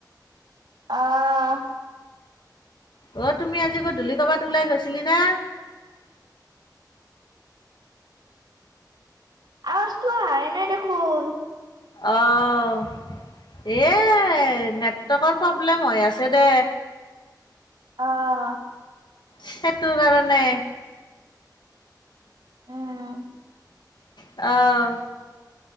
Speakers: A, on the right; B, on the left.
A: অ'।
B: অ', তুমি আজি গধূলি ক'বাত ওলাই গৈছিলি না?
A: আৱাজটো আহায়ে নাই দেখোন।
B: অ', এই নেটৱৰ্কৰ প্ৰব্লেম হৈ আছে দে।
A: অ'।
B: সেইটো কাৰণে।
A: অ'।
B: অ'।